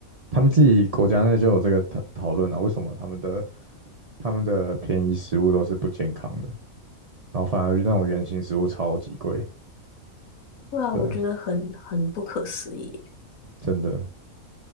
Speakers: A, on the right (about 50°); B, on the left (about 75°).
A: 他们自己国家内就有这个讨讨论啊，为什么他们的他们的便宜食物都是不健康的，然后反而那种原形食物超级贵。
B: 对啊，
A: 对，
B: 我觉得很很不可思议。
A: 真的，